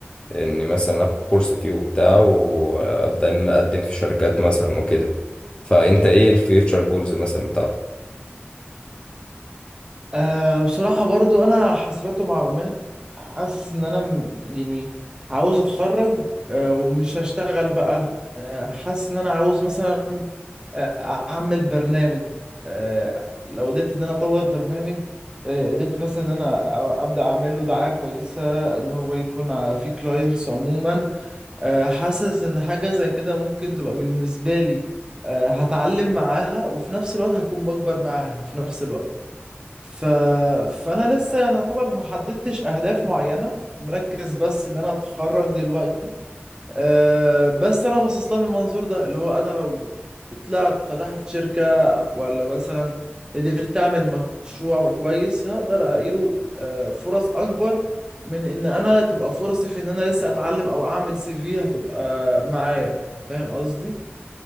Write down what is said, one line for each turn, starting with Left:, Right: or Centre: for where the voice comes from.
Left: ان مثلا اخد كورس فيه وبتاع وابدا ان انا اقدم في شركات مثلا وكده فانت ايه الفيوتشر جولز مثلا بتاعتك
Right: أه بصراحة برضو أنا حاسبات ومعلومات حاسس إن أنا م- يعني عاوز أتخرج أه ومش هشتغل بقى أه حاسس إن أنا عاوز مثلا آه، أعمل برنامج أه لو قدرت إن أنا أطور برنامج أه قدرت مثلا إن أنا أ- أبدأ أعمل له دعاية كويسة إن هو يكون ع- فيه كلاينتس عموما أه حاسس إن حاجة زي كده ممكن تبقى بالنسبة لي أه هتعلم معاها وفي نفس الوقت هكون بكبر معاها في نفس الوقت ف... فانا لسه يعني يعتبر ما حددتش اهداف معينه مركز بس ان انا اتخرج دلوقتي أه بس انا باصص لها من المنظور ده اللي هو انا لو طلعت فتحت شركه ولا مثلا قدرت اعمل مشروع كويس هقدر الاقي له أه فرص اكبر من ان انا تبقى فرصي في ان انا لسه اتعلم او اعمل سي في هتبقى معايا فاهم قصدي